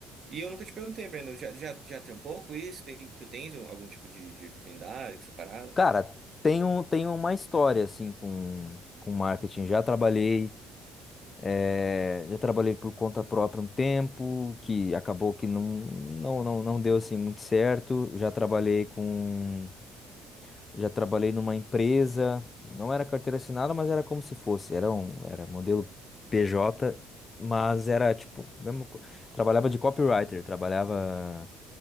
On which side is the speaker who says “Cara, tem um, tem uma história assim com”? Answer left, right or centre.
Left